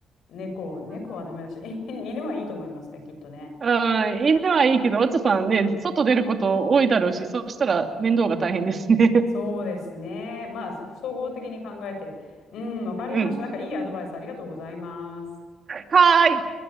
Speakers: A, on the left (about 75°); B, on the right (about 45°).
A: 猫、猫はダメだし、<laughs> 犬はいいと思いますね、きっとね。
B: うん、犬はいいけど、お茶さんね、外出ること多いだろうし、そしたら面倒が大変ですね。
A: そうですね。まあ、そ総合的に考えて。うん、わかりました。
B: <laughs> うん。
A: なんかいいアドバイスありがとうございます。
B: はーい。